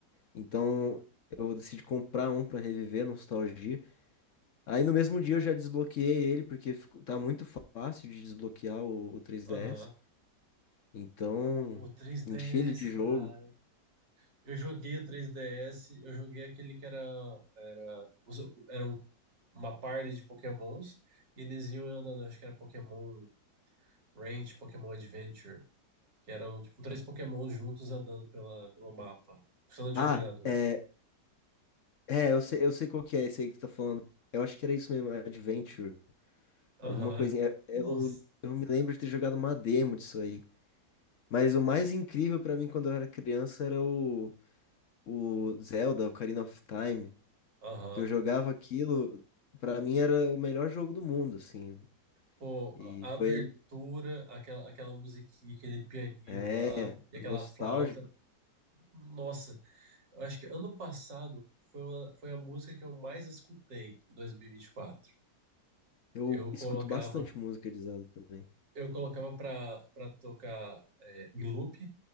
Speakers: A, on the left; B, on the right.
A: Então, eu decidi comprar um pra reviver a nostalgia. Aí no mesmo dia eu já desbloqueei ele, porque ficou- tá muito fácil de desbloquear o, o 3DS.
B: Aham.
A: Então,
B: O 3DS,
A: enchi ele de jogo.
B: cara. Eu joguei o 3DS, eu joguei aquele que era, era, os- era um- uma party de Pokémons, e eles iam andando, acho que era Pokémon Ranch, Pokémon Adventure, que eram tipo três Pokémons juntos andando pela, pelo mapa. Você não tinha
A: Ah,
B: treinador.
A: é, É, eu sei, eu sei qual que é esse aí que tu tá falando. Eu acho que era isso mesmo, Adventure.
B: Aham.
A: Alguma coisinha. É,
B: Nossa.
A: Eu, eu me lembro de ter jogado uma demo disso aí. Mas o mais incrível pra mim quando eu era criança era o, o Zelda, Ocarina of Time.
B: Aham.
A: Que eu jogava aquilo, pra mim era o melhor jogo do mundo, assim.
B: Pô,
A: E
B: a
A: foi
B: a abertura,
A: ele.
B: aquela, aquela musiquinha, aquele pianinho
A: É,
B: lá, e
A: nostálgico.
B: aquela flauta. Nossa, Eu acho que ano passado foi, uma- foi a música que eu mais escutei em 2024.
A: Eu
B: Eu colocava,
A: escuto bastante música de Zelda também.
B: eu colocava pra, pra tocar é, em loop,